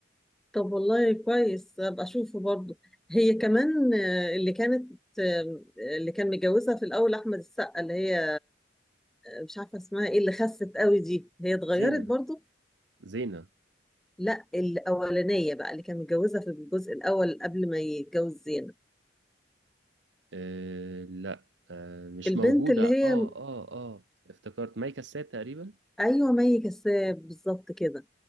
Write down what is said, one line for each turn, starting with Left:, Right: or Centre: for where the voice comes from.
Centre: طب والله كويس ابقى اشوفه برضه هي كمان آه، اللي كانت آه، اللي كان متجوزها في الاول احمد السقا اللي هي مش عارفه اسمها ايه اللي خست قوي دي هي اتغيرت
Right: زينة
Centre: برضو
Right: زينة
Centre: لا الاولانيه بقى اللي كان متجوزها في الجزء الاول قبل ما يتجوز زينب
Right: آه لا آه مش
Centre: البنت
Right: موجودة
Centre: اللي
Right: اه
Centre: هي
Right: اه اه افتكرت مايكا سات تقريبا
Centre: ايوه مي كساب بالظبط كده